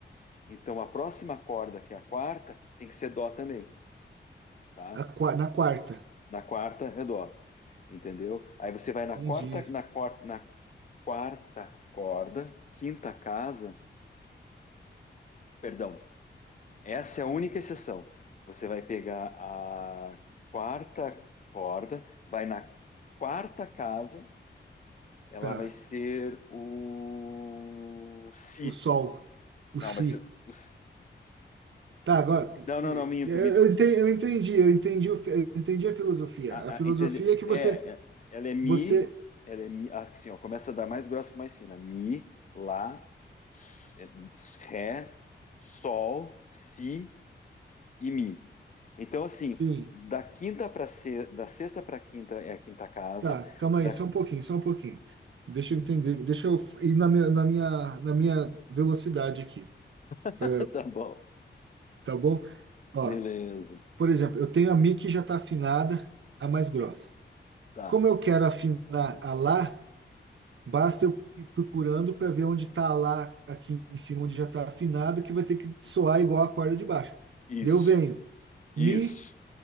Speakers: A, on the left; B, on the right.
A: Então a próxima corda, que é a quarta, tem que ser Dó também, tá?
B: a qua- na quarta.
A: Na quarta é Dó. Entendeu? Aí você vai na
B: Entendi.
A: quarta, na quarta, na quarta corda, quinta casa, perdão, Essa é a única exceção. Você vai pegar a quarta corda, vai na quarta casa, ela
B: Tá.
A: vai ser o si.
B: O sol, o
A: Não,
B: chi.
A: vai ser o si.
B: Tá, agora e-
A: Não, não, não, minto,
B: e- eu
A: minto.
B: entendi, eu entendi, eu entendi, o fi- eu entendi a filosofia.
A: A,
B: A filosofia
A: a- entende?
B: é que você,
A: É, é- ela é mi,
B: você,
A: ela é mi, ah, assim, ó, começa da mais grossa para mais fina. Mi, lá, s- é, s- ré, sol, si e Mi. Então, assim,
B: sim.
A: da quinta para se... da sexta para quinta é a quinta casa.
B: Tá, calma
A: Da...
B: aí, só um pouquinho, só um pouquinho. Deixa eu entender, deixa eu ir na minha, na minha, na minha velocidade aqui.
A: <laughs>
B: Eh,
A: Tá bom.
B: Tá bom? Ó.
A: Beleza.
B: Por exemplo, eu tenho a Mi que já está afinada, a mais grossa.
A: Tá.
B: Como eu quero afinar a Lá, basta eu ir procurando para ver onde está a Lá aqui em cima, onde já está afinado, que vai ter que soar igual a corda de baixo.
A: Isso.
B: Daí Eu venho Mi,
A: Isso.